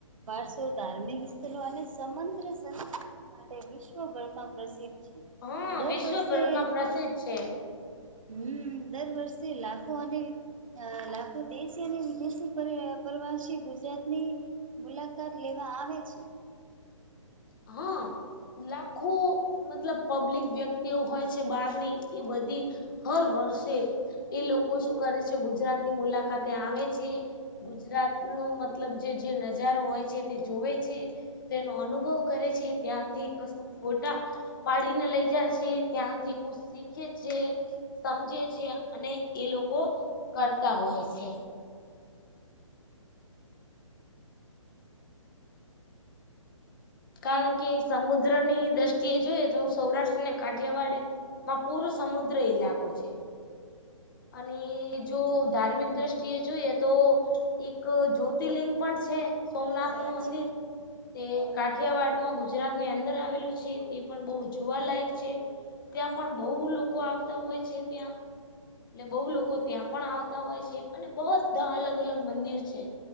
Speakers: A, on the right (about 75°); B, on the left (about 40°).
A: વરસો, ધાર્મિક સ્થળો અને સમદ્ર સંસ્ક્રુતિ. માટે વિશ્વભરમાં પ્રસિદ્ધ છે,
B: હા
A: દર
B: વિશ્વભરમાં
A: વર્ષે.
B: પ્રસિદ્ધ છે.
A: હમ્મ, દર વર્ષે લાખો અને અ લાખો દેશી અને વિદેશી પર અ પ્રવાસી ગુજરાતની મુલાકાત લેવા આવે છે.
B: હ. લાખો મતલબ પબ્લિક વ્યક્તિઓ હોય છે બહારની એ બધી હર વર્ષે એ લોકો શું કરે છે ગુજરાત ની મુલાકાતે આવે છે ગુજરાત નું મતલબ જે જે નજારો હોય છે તે જોવે છે, તેનો અનુભવ કરે છે, ત્યાંથી કશું ફોટા પાડીને લઈ જાય છે ત્યાંથી કુસ શીખે છે સમજે છે અને એ લોકો કરતા હોય છે. કારણ કે સમુદ્રની દ્રષ્ટિએ જોઈએ તો સૌરાષ્ટ્ર ને કાઠિયાવાડે માં પૂરો સમુદ્ર ઈલાકો છે અને જો ધાર્મિક દ્રષ્ટિએ જોઈએ તો એક જો તિલિંગ પણ છે, સોમનાથ
A: સાચી
B: નું મંદિર તે કાઠિયાવાડમાં ગુજરાત ની અંદર આવેલું છે, તે પણ બો જુવાલાયક છે ત્યાં પણ બઉ લોકો આવતા હોય છે ત્યાં એટલે બઉ લોકો ત્યાં પણ આવતા હોય છે અને બધા અલગ અલગ મંદિર છે